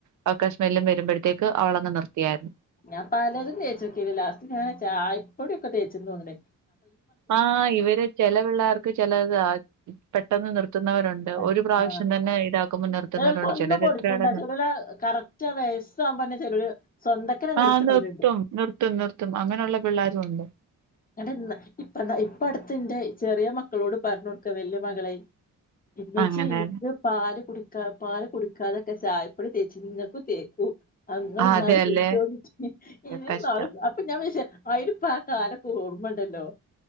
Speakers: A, on the right; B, on the left.
A: അവ കശ്മെല്ലും വരുമ്പോഴത്തേക്ക് അവളങ്ങങ് നിർത്തിയായിരുന്നു
B: ഞാൻ പലതും തേച്ചിക്കില്ല ലാസ്റ്റ് ഞാ ചപ്പോടിക്കെ തേച്ചന്ന് തോന്നേ
A: ആഹ് ഇവരെ ചലവെള്ളർക്ക ചലത പ പെട്ടെന്ന് നിർത്തുന്നവരുണ്ട്
B: ആ
A: ഒരു പ്രാവശ്യം
B: ആ
A: തന്നെ ഇതാക്കുമ്പോ നിർത്തുന്നവരുണ്ട്
B: ചിലർക്ക് ഒന്നും
A: ചിലത്
B: കൊടുക്കണ്ട
A: എത്ര അട
B: ചിലര് കറക്റ്റ് ആ വയസ്സാകുമ്പോന്നെ ചിലര് സ്വന്തക്കനെ നിർത്തണോരുണ്ട്
A: ആഹ നിർത്തും നിർത്തും നിർത്തും അങ്ങനെയുള്ള പിള്ളേരുും ഉണ്ട്
B: അ ഇപ്പാ ഇപ്പ അടുത്ത് എന്റെ ചെറിയ മക്കളോട് പറഞ്ഞു കൊടുക്ക വല്യ മകളെ ഇേച്ചി
A: അങ്ങനെ
B: എനിക്ക് പാല് കുടി പാാല കുടുടിക്കാതൊക്കെ ചായപ്പഴും തേച്ച നിങ്ങൾക്ക് തേക്കും അങ്ങ
A: ആഹ്
B: എന്നാലും
A: അതെയല്ലേ
B: കുടിച്ചോണ്ടിട്ട ഇനി
A: കഷ്ടം
B: നാല് അപ്പൊ ഞാൻ വി ആയിട്ടപ്പാ അല ഓർമ്മണ്ടല്ലോ